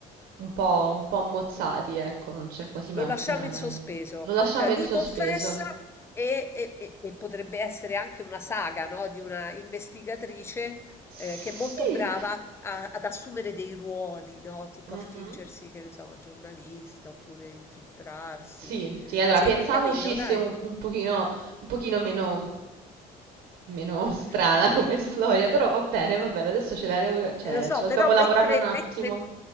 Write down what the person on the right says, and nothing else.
un po', un po' ammozzati, ecco, non c'è quasi mai
un finale.
Lo lasciamo
in sospeso.
Sì,
mhm,
sì, sì, allora
pensavo
uscisse
un, un pochino, un pochino meno, meno
strana come storia, però va bene, va bene, adesso ce la, rio- cioè,
ce la
dobbiamo lavorare
un attimo.